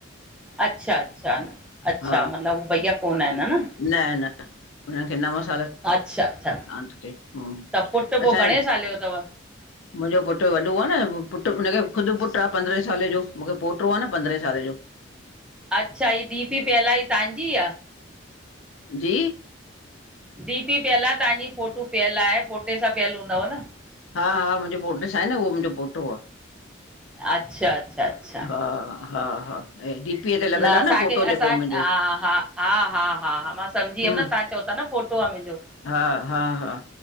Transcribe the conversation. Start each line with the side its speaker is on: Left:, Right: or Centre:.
Centre: अच्छा अच्छा, अच्छा
Left: हा
Centre: मतिलबु उ भैया कोन आहिनि ह न।
Left: न न हुननि खे नव सालु
Centre: अच्छा अच्छा
Left: हा त चऐ हो
Centre: त पुटु पोइ
Left: असांय
Centre: घणे साले जो अथव
Left: मुंहिंजो पुटु वॾो आ न, पुटु हुनखे ख़ुदि पुटु आ पंद्रहें साले जो, मूंखे पोटो आ न पंद्रहें साले जो।
Centre: अच्छा ही डीपी पियल आ ही तव्हांजी आ।
Left: जी
Centre: डीपी पियल आ तांजी फोटू पियल आए पोटे सां पियल हूंदव न।
Left: हा हा मुंहिंजे पोटे सा आहे न उहो मुंहिंजो पोटो आ।
Centre: अच्छा अच्छा अच्छा
Left: हा, हा हा। ऐं डीपीअ ते लॻल
Centre: न
Left: आहे
Centre: असांखे
Left: फोटो
Centre: असां
Left: जेको मुंहिंजो
Centre: हा हा हा हा हा हा मां समझी वियम
Left: हम
Centre: न तां चओ ता न पोटो आ मुंहिंजो,
Left: हा हा हा